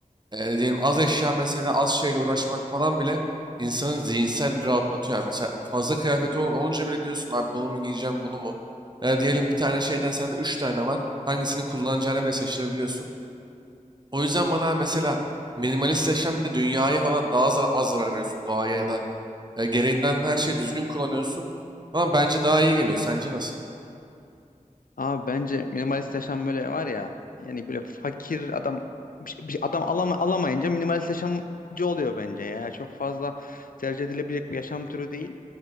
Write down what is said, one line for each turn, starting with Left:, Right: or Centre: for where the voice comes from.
Right: e, diyelim az eşya mesela az şeyle uğraşmak falan bile insanı zihinsel bir rahatlatıyor. Yani mesela fazla kıyafeti ol- olunca bile diyorsun abi bunu mu giyeceğim bunu mu? E, diyelim bir tane şeyden sende üç tane var. Hangisini kullanacağını bile şaşırabiliyorsun. O yüzden bana mesela minimalist yaşam bir de dünyaya falan daha zar- az zarar veriyorsun. Doğaya ya da e, gereğinden her şeyi düzgün kullanıyorsun. Ama bence daha iyi geliyor. Sence nasıl?
Left: Abi bence minimalist yaşam böyle var ya yani böyle fakir adam bir, şey- bir şey- adam alama, alamayınca minimalist yaşamcı oluyor bence ya. Çok fazla tercih edilebilecek bir yaşam türü değil.